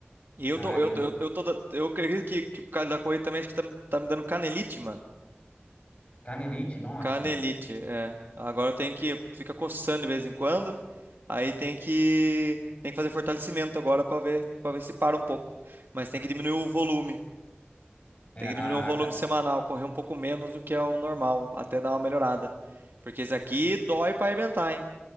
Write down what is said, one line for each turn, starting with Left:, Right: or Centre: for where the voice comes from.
Right: E eu
Left: Carne,
Right: tô, eu tô, eu, eu tô, da- eu acredito que, que por causa da corrida também acho que tá, me- tá me dando canelite, mano.
Left: canelite, nossa,
Right: Canelite, é. Agora eu tenho que fica coçando de vez em quando. Aí tem que tem que fazer fortalecimento agora pra ver, para ver se para um pouco. Mas tem que diminuir o volume.
Left: é,
Right: Tem
Left: a,
Right: que diminuir o volume semanal, correr um pouco menos do que é o normal, até dar uma melhorada. Porque isso aqui dói pra arrebentar, hein?